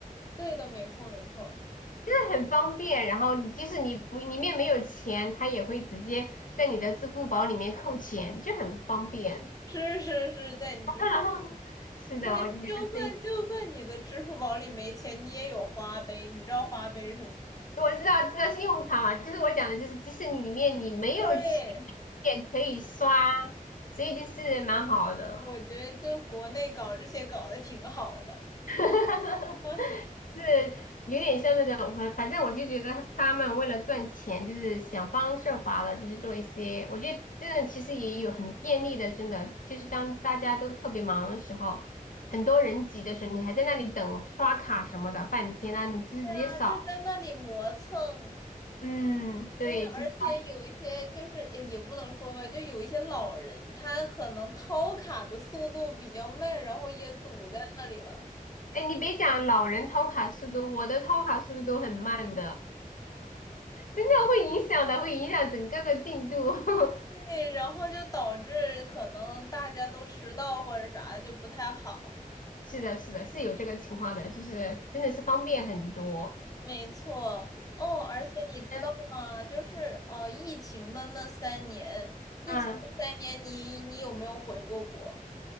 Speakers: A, on the left; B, on the left.
A: 对的，没错没错，
B: 这很方便。然后你即使你不里面没有钱，它也会直接在你的支付宝里面扣钱，就很方便。
A: 是是是在你支付。
B: <laughs> 是的，
A: 对，
B: 我就觉得这，
A: 就算就算你的支付宝里没钱，你也有花呗，你知道花呗是吗？
B: 我知道知道信用卡嘛，就是我讲的，就是即使你里面你没有钱，
A: 对，
B: 也可以刷，所以就是蛮好的，
A: 我觉得就国内搞这些搞得挺好的。
B: <laughs>
A: 啊
B: 是有点像那种，反反正我就觉得他们为了赚钱，就是想方设法的，就是做一些，我觉得真的其实也有很便利的，真的就是当大家都特别忙的时候，很多人挤的时候，你还在那里等刷卡什么的半天啊，你就直接扫，
A: 对啊，就在那里磨蹭。
B: 嗯，对，
A: 对，而且有一些就是也也不能说吧，
B: 就是。
A: 就有一些老人，他可能掏卡的速度比较慢，然后也堵在那里了。
B: 哎，你别讲老人掏卡速度，我的掏卡速度都很慢的，真的会影响的，会影响整个的进度。<laughs>
A: 对，然后就导致可能大家都迟到或者啥就不太好。
B: 是的，是的，是有这个情况的，就是真的是方便很多。
A: 没错，哦，而且你知道吗？
B: 嗯
A: 就是呃，疫情的那三年，疫情的三年你，
B: 嗯，
A: 你有没有回过国？